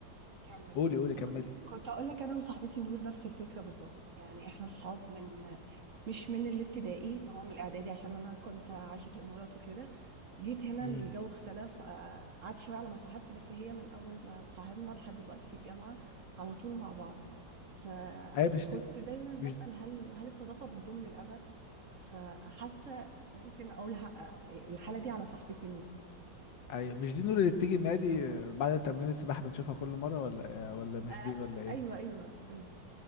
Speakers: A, on the right (about 45°); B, on the left (about 75°).
A: كمل
B: قولي
A: كمل
B: قولي
A: أوكي.
B: كملي
A: كنت اقول لك انا وصاحبتي نور نفس الفكره بالظبط يعني احنا صحاب من مش من الابتدائي ما هو من الاعدادي عشان انا كنت عايشه في الامارات وكده جيت هنا
B: امم
A: الجو اختلف آه، قعدت شويه على ما صاحبت بس هي من اول ما صاحبنا لحد دلوقتي في الجامعه على طول مع بعض فكنت
B: ايوه مش دي
A: دايما بسأل
B: مش
A: هل هل الصداقه بتدوم للابد فحاسه ممكن اقول ه- الحاله دي على صاحبتي نور
B: ايوه مش دي النور اللي بتيجي النادي بعد تمرين السباحه بنشوفها كل مره ولا ولا مش
A: آه
B: دي ولا ايه
A: ايوه ايوه ايوه